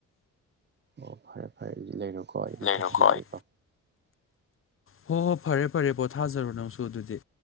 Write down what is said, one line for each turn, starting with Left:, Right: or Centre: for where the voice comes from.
Right: ꯑꯣ ꯐꯔꯦ ꯐꯔꯦꯗꯤ ꯂꯩꯔꯝ ꯀꯠꯇ
Left: ꯂꯩꯔꯣꯀꯣ
Right: ꯆꯪ
Left: ꯑꯩ
Right: ꯀꯣ
Left: ꯍꯣ ꯍꯣ ꯐꯔꯦ ꯐꯔꯦ ꯄꯣꯊꯥꯖꯔꯨ ꯅꯪꯁꯨ ꯑꯗꯨꯗꯤ